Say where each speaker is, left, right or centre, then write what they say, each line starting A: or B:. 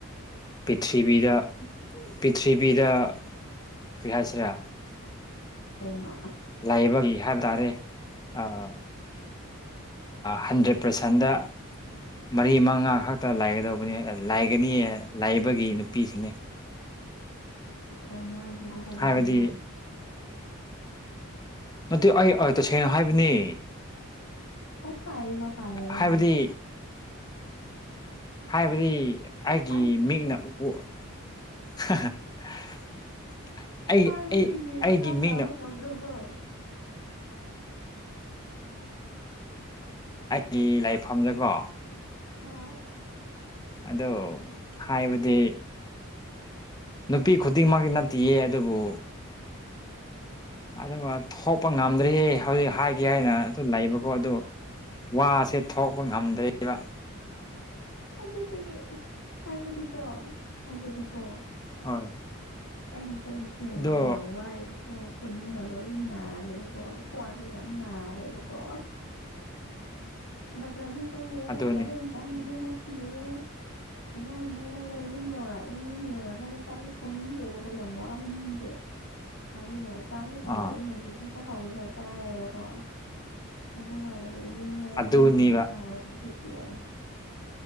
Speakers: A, on the left (about 20°); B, on the left (about 75°).
A: ꯄ꯭ꯔꯤꯊꯤꯕꯤꯗ ꯄꯕꯤꯗ ꯀꯩ ꯍꯥꯏꯁꯤꯔꯦ
B: ꯀꯩꯅꯣ
A: ꯂꯥꯏꯕꯒꯤ ꯍꯥꯏꯕ ꯇꯥꯔꯦ ꯑꯥ ꯍꯟꯗ꯭ꯔꯦꯠ ꯄꯥꯔꯁꯦꯟꯗ ꯃꯔꯤ ꯃꯉꯥ ꯈꯛꯇ ꯂꯥꯏꯒꯗꯧꯕ ꯂꯥꯏꯒꯅꯤ ꯂꯥꯏꯕꯒꯤ ꯅꯨꯄꯤꯁꯤꯡꯅꯤ
B: ꯅꯔꯤ ꯍꯖꯔꯦ
A: ꯍꯥꯏꯕꯗꯤ ꯑꯗꯨ ꯑꯩ ꯇꯁꯦꯡꯅ ꯍꯥꯏꯕꯅꯤ
B: ꯑꯦ ꯐꯥꯔꯔꯤꯕ ꯐꯥꯔꯕꯗꯣ
A: ꯍꯥꯏꯕꯗꯤ ꯍꯥꯏꯕꯗꯤ ꯑꯩꯒꯤ
B: ꯍꯥꯏꯕꯗꯤ
A: ꯃꯤꯡꯅ ꯎ <unintelligible> <inaudible> ꯑꯩ
B: ꯍꯥꯏꯕꯒꯤ
A: ꯑꯩ ꯑꯩꯒꯤ
B: ꯃꯈꯥ
A: ꯃꯤꯠꯅ
B: ꯇꯥꯕ ꯉꯝꯗ꯭ꯔꯕꯣ
A: ꯒꯤ ꯂꯥꯏꯐꯝꯗꯀꯣ
B: ꯍꯣꯏ
A: ꯑꯗꯣ ꯍꯥꯏꯕꯗꯤ ꯅꯨꯄꯤ ꯈꯨꯗꯤꯡꯃꯛꯀꯤ ꯅꯠꯇꯦ ꯑꯗꯨꯕꯨ ꯑꯗꯨꯒ ꯊꯣꯛꯄ ꯉꯝꯗ꯭ꯔꯤꯌꯦ ꯍꯧꯖꯤꯛ ꯍꯥꯏꯒꯦ ꯍꯥꯏꯅ ꯑꯗꯨ ꯂꯩꯕ ꯀꯣ ꯑꯗꯨ ꯋꯥꯁꯦ ꯊꯣꯛꯄ ꯉꯝꯗꯕ
B: ꯑꯗꯨꯗꯒꯤ ꯍꯥꯏꯕꯗꯤꯀꯣ ꯍꯥꯏꯕꯗꯤꯀꯣ
A: ꯍꯣꯏ
B: ꯑꯩꯅ ꯆꯠꯂꯤꯁꯦ
A: ꯑꯗꯣ
B: ꯌꯥꯝ ꯋꯥꯏꯑꯦꯕꯀꯣ ꯈꯨꯣꯗꯤꯒ ꯂꯣꯏ ꯅꯥꯔꯦꯕꯀꯣ ꯀ꯭ꯋꯥꯕꯨ ꯌꯥꯝ ꯅꯥꯔꯦꯕꯀꯣ ꯕꯖꯥꯔ ꯑꯃ ꯆꯪꯗ
A: ꯑꯗꯨꯅꯤ
B: ꯐꯖꯗ ꯏꯟꯁꯥꯡ ꯅꯨꯃꯤꯃꯨꯛ ꯊꯤꯔꯨꯔꯦ ꯏꯟꯁꯥꯡ ꯑꯃꯨꯛ ꯂꯩꯔꯒ ꯌꯨꯝ ꯌꯧꯔꯛꯑꯦ ꯑꯩ ꯌꯨꯝ ꯌꯧꯔꯛꯑꯀꯥꯟꯗ ꯆꯥꯛꯁꯦ ꯊꯣꯡꯅꯤꯡꯗ꯭ꯔꯦꯕꯀꯣ ꯌꯥꯝ ꯋꯥꯃꯟꯒꯦ ꯑꯗꯨꯒ ꯆꯥꯛꯁꯨ ꯐꯣꯡꯔꯦ
A: ꯑꯥ
B: ꯃꯦꯒꯤ ꯈꯛꯇ ꯍꯧꯔꯒ ꯆꯥꯔꯦꯕꯀꯣ ꯑꯗꯨ ꯂꯣꯏꯔꯒ ꯔꯨꯋꯦꯔꯨ
A: ꯑꯗꯨꯅꯤꯕ
B: ꯉꯗ ꯈꯦꯇ ꯌꯥꯂ